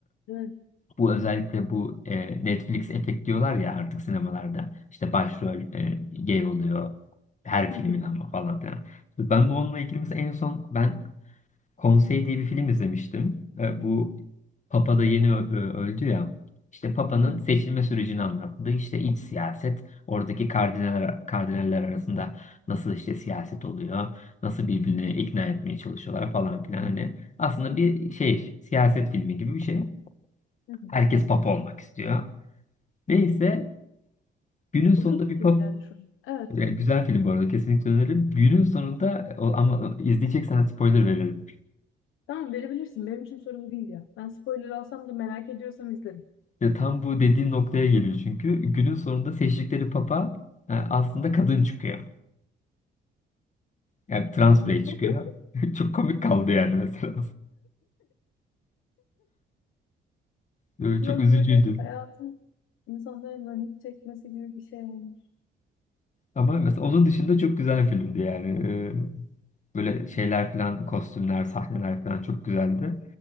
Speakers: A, on the left; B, on the left.
A: Değil
B: bu özellikle bu e, Netflix efekt diyorlar ya artık sinemalarda işte başrol e, gay oluyor her
A: Hı
B: filmin
A: hı,
B: ama falan filan. Ben bununla ilgili mesela en son ben Konsey diye bir film izlemiştim. E, Bu Papa da yeni ö- ö- öldü ya. İşte Papa'nın
A: hı hı,
B: seçilme sürecini anlattı. İşte iç siyaset, oradaki kardinaller, kardinaller arasında nasıl işte siyaset oluyor, nasıl birbirini ikna etmeye çalışıyorlar falan filan. Hani aslında
A: hı
B: bir
A: hı,
B: şey, siyaset filmi gibi bir şey.
A: hı hı.
B: Herkes Papa olmak istiyor. Neyse günün sonunda
A: O çok kötü
B: bir Papa,
A: geldi şu an. Evet.
B: güzel film bu arada kesinlikle öneririm. Günün sonunda o- ama izleyeceksen spoiler veririm.
A: Tamam verebilirsin. Benim için sorun değil ya. Ben spoiler alsam da merak ediyorsam izlerim.
B: Ya tam bu dediğin noktaya geliyor çünkü günün sonunda seçtikleri papa e, aslında kadın çıkıyor. Yani trans birey çıkıyor.
A: <laughs>
B: <laughs> Çok komik kaldı yani mesela. E,
A: Biraz
B: Çok üzücüydü.
A: böyle hayatın insanların lanet çekmesi gibi bir şey olmuş.
B: Ama mesela onun dışında çok güzel filmdi yani. E, Böyle şeyler falan, kostümler, sahneler falan çok güzeldi.